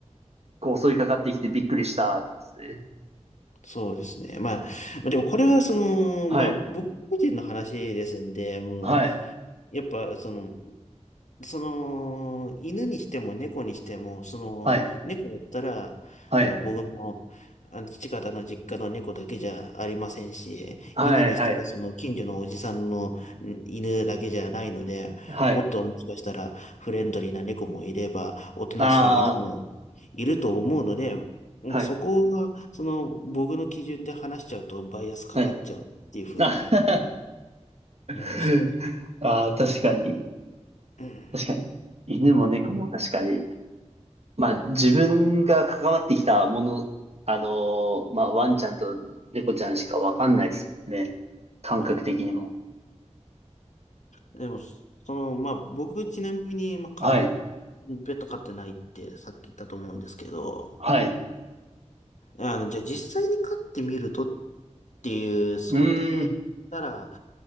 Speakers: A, on the right; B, on the left.
A: こう襲いかかってきてびっくりしたですね。
B: そうですね。まあ、まあでもこれはその、
A: はい。
B: まあ僕個人の話ですんで、もう、
A: はい。
B: やっぱその、その、犬にしても猫にしても、その、
A: はい。
B: 猫だったら、
A: はい。
B: あの、僕の、あの、父方の実家の猫だけじゃありませんし、
A: はい。
B: 犬にしたら、
A: はい。
B: その、近所のおじさんのん犬だけじゃないので、
A: はい。
B: もっともしかしたら、フレンドリーな猫もいれば、おとなしい犬もいると思うので、
A: あ
B: まあ、
A: あ、はい。
B: そこが、その、僕の基準で話しちゃうと、バイアスかかっちゃうっていうふうに
A: はい。あ <laughs>
B: 思いましたね。
A: あー、確かに。
B: うん
A: 確かに。犬も猫も確かに。まあ、自分が関わってきたもの、あのーまあ、ワンちゃんと猫ちゃんしかわかんないですね。感覚的にも。
B: はいでも、その、まあ、僕ちなみに、まあ、か、
A: はい。
B: ペット飼ってないってさっき言ったと思うんですけど、
A: はい。う
B: あの、じゃあ実際に飼ってみるとっていう想定なら、
A: ーん。